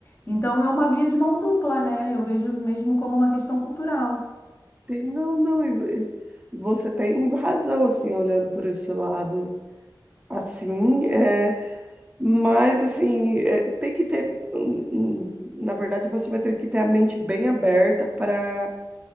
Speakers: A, on the left (about 30°); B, on the right (about 15°).
A: Então é uma via de mão dupla, né? Eu vejo mesmo como uma questão cultural.
B: Tem- Não, não, e- e você tem razão, assim, olhando por esse lado. Assim, é, Mas, assim, é, tem que ter. um- um- Na verdade, você vai ter que ter a mente bem aberta para